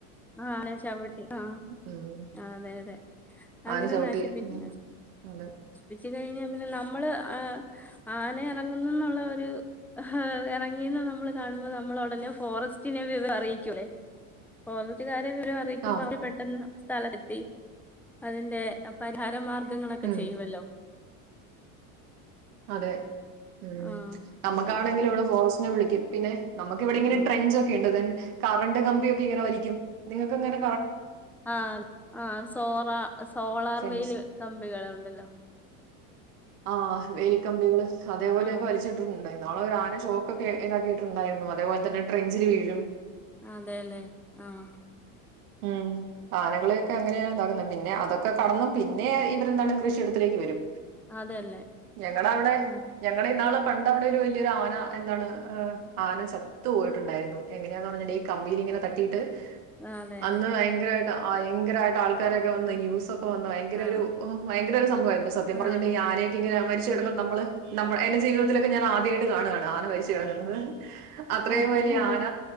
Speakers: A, in the centre; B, on the right.
A: ആ ആനചവിട്ടി ആ
B: ഉം
A: അതെ അതെ അങ്ങനെ
B: ആന ചവിട്ടി
A: നശിപ്പിക്കും
B: ഉം
A: നശ
B: അതെ
A: നശിപ്പിച്ച് കഴിഞ്ഞാ പിന്നെ നമ്മള് ആ ആന എറങ്ങുന്നുന്നുള്ള ഒരു എഹ് എറങ്ങി ന്നു നമ്മള് കാണുമ്പോ നമ്മള് ഒടനെ ഫോറസ്റ്റിന് വിവ അറിയിക്കുല്ലേ ഫോറസ്റ്റ്ക്കാ വിവരം അറിയിക്കുമ്പോൾ
B: ആഹ്
A: അവരുപെട്ടെന്ന് സ്ഥലത്തെത്തി അതിന്റെ പരിഹാരമാർഗം മാർഗ്ഗങ്ങളൊക്കെ
B: ഉം
A: ചെയ്യുമല്ലോ
B: അതെ ഉം
A: ആഹ്
B: നമ്മൾക്കാണെങ്കിലും
A: പിന്നെ
B: ഇവിടെ ഫോറസ്റ്റ് നെ വിളിക്കും പിന്നെ നമുക്കിവിടെ ഇങ്ങനെ
A: ഉം
B: ട്രഞ്ച് ഒക്കെ ഉണ്ട് ദെൻ കറണ്ട് കമ്പിയൊക്കെ ഇങ്ങനെ വലിക്കും നിങ്ങൾക്കങ്ങനെ
A: ആ ആ സോറാ സോളാർ
B: ഫെൻസ്
A: വേലി കമ്പികൾ ഉണ്ടല്ലോ
B: ആ വേലി കമ്പികൾ അതേ പോലെയൊക്കെ
A: ആഹ്
B: വലിച്ച് കെട്ടുന്നുണ്ടായിരുന്നു ഇന്നാളൊരു ആന ഷോക്കൊക്കെ ഇതാക്കിട്ടുണ്ടായിരുന്നു അതുപോലെ തന്നെ ട്രഞ്ചിൽ വീഴും
A: അതെല്ലെ ആഹ
B: ഉം ആനകളെയൊക്കെ അങ്ങനെയാണ് ഇതാക്കുന്നത് പിന്നെ അതൊക്കെ കടന്നും പിന്നെ ഇവരെന്താണ് കൃഷിയിടത്തിലേക്ക് വരും
A: അതല്ലേ
B: ഞങ്ങളുടെ അവിടെ
A: ഉം
B: ഞങ്ങൾടെ ഇന്നാള് പണ്ട് അവിടെ ഒരു വലിയൊരു ആന എന്താണ് ആന ചത്തുപോയിട്ടുണ്ടായിരുന്നു എങ്ങന ന്ന് പറഞ്ഞോണ്ട് ഈ കമ്പിലിങ്ങനെ തട്ടിയിട്ട്
A: ആഹ് അതെ അതെ
B: അന്ന് ഭയങ്കരമായിട്ട് ഭയങ്കരമായിട്ട് ആൾക്കാരൊക്കെ വന്ന് ന്യൂസ്ഒക്കെ വന്നു ഭയങ്കര
A: ആഹ്
B: ഒരു ഭയങ്കര ഒരുസംഭവമായിരുന്നു സത്യം പറഞ്ഞിട്ട്
A: ആഹ്
B: ഈ ആനയൊക്ക ഇങ്ങനെ മരിച്ചു നമ്മ നമ്മൾ എന്റെ ജീവിതത്തിലൊക്കെ ഞാൻ ആദ്യമായിട്ട് കാണുവാണ് ആന മരിച്ചു കിടക്കുന്നത് അത്രയും
A: അതെതെ
B: വലിയ
A: അതെ
B: ആന